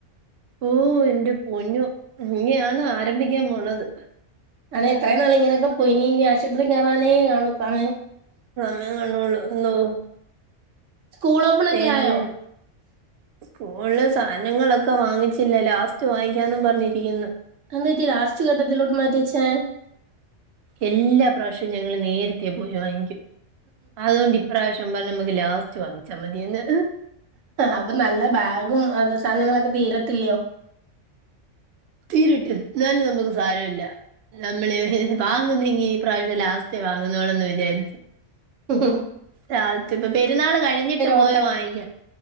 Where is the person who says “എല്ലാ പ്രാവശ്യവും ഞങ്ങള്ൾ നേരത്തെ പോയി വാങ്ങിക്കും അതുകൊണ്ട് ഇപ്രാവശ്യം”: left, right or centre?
Right